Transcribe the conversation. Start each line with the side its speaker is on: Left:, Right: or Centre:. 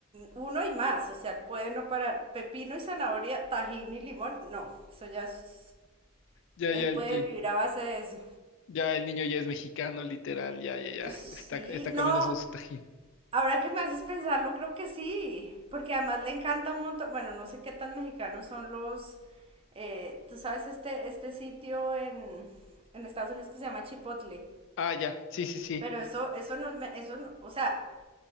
Right: uno y más. O sea, él puede no parar. Pepino y zanahoria, tajín y limón, no. Eso ya es-
Left: Ya,
Right: Él
Left: ya,
Right: puede
Left: ya,
Right: vivir a base de eso.
Left: ya el niño ya es mexicano, literal, ya, ya, ya,
Right: Sí,
Left: está, está comiendo
Right: no,
Left: su su tajín.
Right: Ahora que me haces pensarlo, creo que sí, porque además le encanta un montón, bueno, no sé qué tan mexicanos son los, eh, tú sabes, este, este sitio en, en Estados Unidos que se llama Chipotle,
Left: Ah, ya, sí, sí, sí.
Right: pero eso, eso no, es me- eso no- o sea,